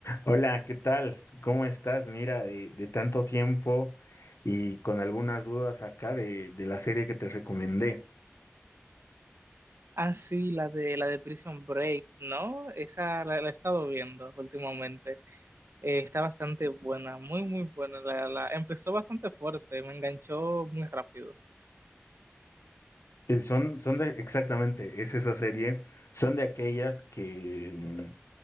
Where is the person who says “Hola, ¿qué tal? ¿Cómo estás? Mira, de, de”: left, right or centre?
Left